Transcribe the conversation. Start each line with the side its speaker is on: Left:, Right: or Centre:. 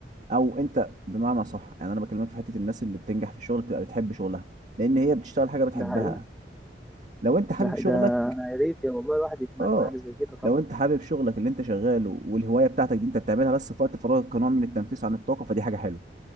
Right: او انت بمعنى صح يعني انا بكلمك في حته الناس اللي بتنجح في الشغل بتبقى بتحب شغلها لان هي بتشتغل حاجه بتحبها
Centre: ده حقيقي
Right: لو انت حابب
Centre: ده حقيقي.
Right: شغلك
Centre: ده انا يا ريت يا والله الواحد يتمنى
Right: اه
Centre: حاجه زي كده
Right: لو انت حابب شغلك اللي انت شغاله والهوايه بتاعتك دي انت بتعملها بس في وقت فراغك كنوع من التنفيس عن الطاقه فدي حاجه حلوه